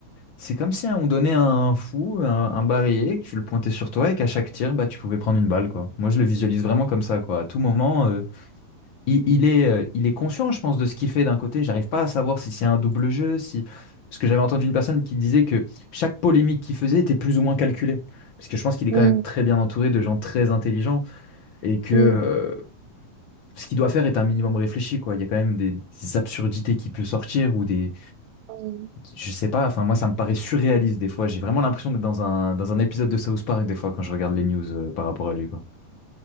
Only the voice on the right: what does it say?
Mm,
mm,
mm.